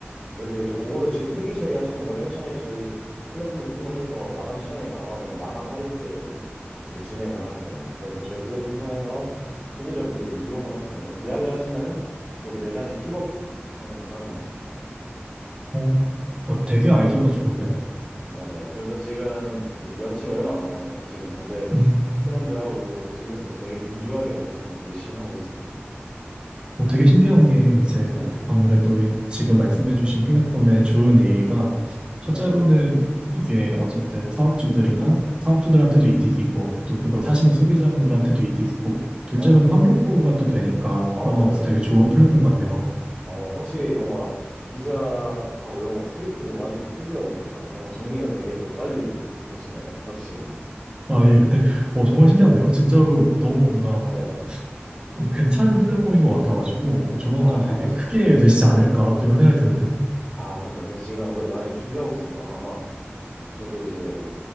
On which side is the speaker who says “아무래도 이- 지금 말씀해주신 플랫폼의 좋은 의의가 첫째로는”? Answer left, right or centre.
Right